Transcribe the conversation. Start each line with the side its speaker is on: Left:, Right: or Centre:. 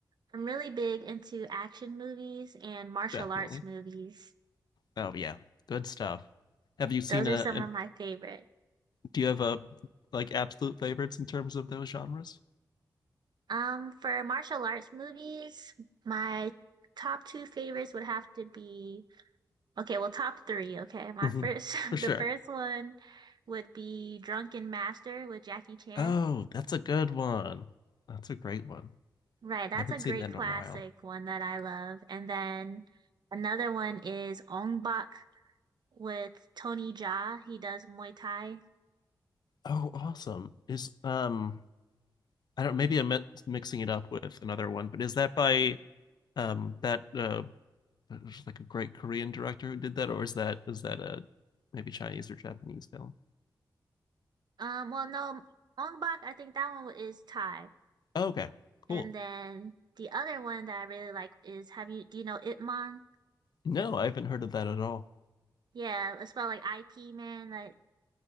Right: I'm really big into action movies and martial
Left: definitely.
Right: arts movies.
Left: Oh yeah, good stuff. Have you seen
Right: Those
Left: a?
Right: are some
Left: An,
Right: of my favorite.
Left: do you have a like absolute favorites in terms of those genres?
Right: Um, for martial arts movies, my top two favorites would have to be okay, well, top three, okay. My
Left: hmm
Right: first, <laughs>
Left: For sure.
Right: the first one would be Drunken Master with Jackie Chan.
Left: Oh, that's a good one. That's a great one.
Right: Right, that's
Left: I haven't
Right: a great
Left: seen that
Right: classic
Left: in a while.
Right: one that I love. And then another one is Ong Bak with Tony Jaa. He does Muay Thai.
Left: Oh, awesome. Is um I don't maybe I'm mi- mixing it up with another one, but is that by um that uh there's like a great Korean director who did that or is that is that a maybe Chinese or Japanese film?
Right: Um, well, no, Ong Bak, I think that one is Thai.
Left: Oh, okay. Cool.
Right: And then the other one that I really like is have you do you know Ip Man?
Left: No, I haven't heard of that at all.
Right: Yeah, it's spelled like IP man, like